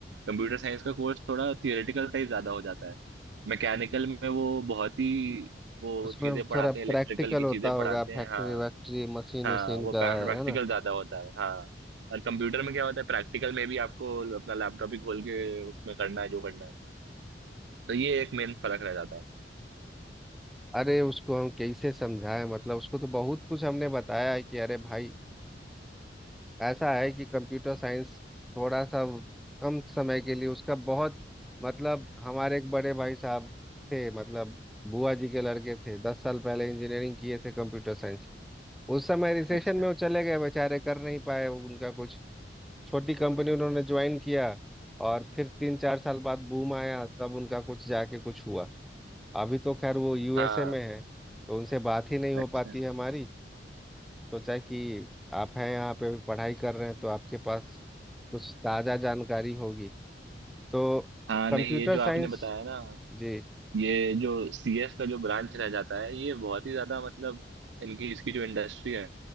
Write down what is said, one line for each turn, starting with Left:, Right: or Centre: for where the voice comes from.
Right: कंप्यूटर साइंस का कोर्स थोड़ा थियोरेटिकल टाइप ज्यादा हो जाता है मैकेनिकल में वो बहुत ही वो
Centre: उसमें
Right: चीजें पढ़ाते
Centre: थोड़ा
Right: हैं इलेक्ट्रिकल
Centre: प्रैक्टिकल
Right: की
Centre: होता
Right: चीजें पढ़ाते
Centre: होगा
Right: हैं
Centre: फैक्ट्री
Right: हाँ
Centre: वैक्ट्री मशीन
Right: हाँ
Centre: उशीन
Right: वो
Centre: का
Right: प्रैक्टिकल
Centre: है है ना
Right: ज्यादा होता है हाँ और कंप्यूटर में क्या होता है प्रैक्टिकल में भी आपको अपना लैपटॉप ही खोल के उसमें करना है जो करना है तो ये एक मेन फर्क रह जाता है
Centre: अरे उसको हम कैसे समझाएं मतलब उसको तो बहुत कुछ हमने बताया है कि अरे भाई ऐसा है कि कंप्यूटर साइंस थोड़ा सा वो- कम समय के लिए उसका बहुत मतलब हमारे एक बड़े भाई साहब थे मतलब बुआ जी के लड़के थे दस साल पहले इंजीनियरिंग किए थे कंप्यूटर साइंस उस समय रिसेशन
Right: अच्छा
Centre: में वो चले गए बेचारे कर नहीं पाए वो उनका कुछ छोटी कंपनी उन्होंने ज्वाइन किया और फिर तीन चार साल बाद बूम आया तब उनका कुछ जाके कुछ हुआ अभी तो खैर वो यूएसए
Right: हाँ
Centre: में है तो उनसे बात ही नहीं
Right: अच्छा
Centre: हो पाती है हमारी सोचा है कि आप हैं यहाँ पे पढ़ाई कर रहे हैं तो आपके पास कुछ ताज़ा जानकारी होगी तो
Right: हाँ नहीं
Centre: कंप्यूटर
Right: ये जो
Centre: साइंस
Right: आपने बताया ना
Centre: जी
Right: ये जो सीएस का जो ब्रांच रह जाता है ये बहुत ही ज्यादा मतलब इनकी इसकी जो इंडस्ट्री है